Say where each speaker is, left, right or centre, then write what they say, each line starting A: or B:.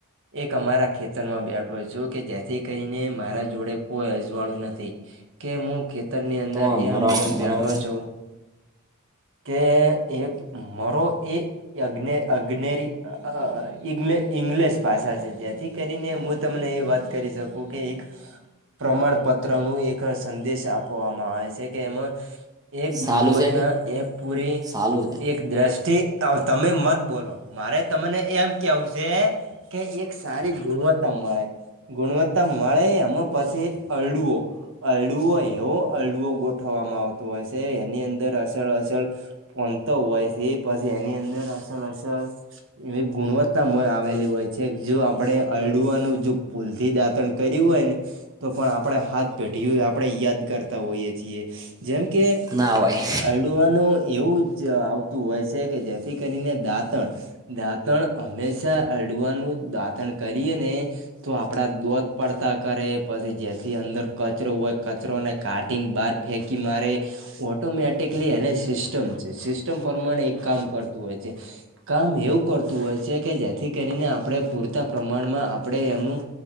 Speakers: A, on the right; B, on the right.
A: એક અમારા ખેતરમાં બેઠો છું કે જેથી કરીને મારા જોડે કોઈ અજવાળું નથી. કે હું ખેતરની અંદર
B: તો
A: એમનેએમ
B: મારો મારો
A: બેઠો છું. કે એક મારો એ અ અગ્નેરી અ ઈ્ ઇંગ્લશ ભાષા છે જેથી કરીને તમને એ વાત કરી શકું કે એક પ્રમાણપત્ર નું એક સંદેશ આપવામાં આવે છે કે એમાં એક
B: સાલું
A: ગુણવત્તા
B: છે કે
A: એક પૂરી
B: સાલું છે
A: એક દ્રષ્ટિ તમે મત બોલો મારે તમને એમ કેવું છે કે એક સારી ગુણવત્તા મળે. ગુણવત્તા મળે આમાં પાસે અળડુઓ અરડુઓ એવો અરડઓ ગો ઉઠવામાં આવતું હોય છે એની અંદર અલ અસલ પનતો હોય છે પછી એની અંદર અસલ અસલ એવી ગુણવત્તામાં આવેલી હોય છે જો આપણે અરડુવાનું જો પૂલથી દાંતણ કર્યું હોય ને તો પણ આપણે હાથ પેઢી આપણે યાદ કરતા હોઈએ છીએ જેમ કે
B: ના હોય.
A: હલડવાનું એવું જ આવતું હોય છે કે જેથી કરીને દાંતણ દાંતણ હંમેશા અડવાનું દાંતણ કરીએ ને તો આપડા દોધ પડતા કરે પછી જેથી અંદર કચરો હોય કચરો ને કાઢને બહાર ફેંકી મારે. ઓટોમેટિકલી એને સિસ્ટમ છે સિસ્ટમ પ્રમાણે એક કામ કરતું હોય છે. કામ એવું કરતું હોય છે કે જેથી કરીને આપણે પૂરતા પ્રમાણમાં આપણે એનું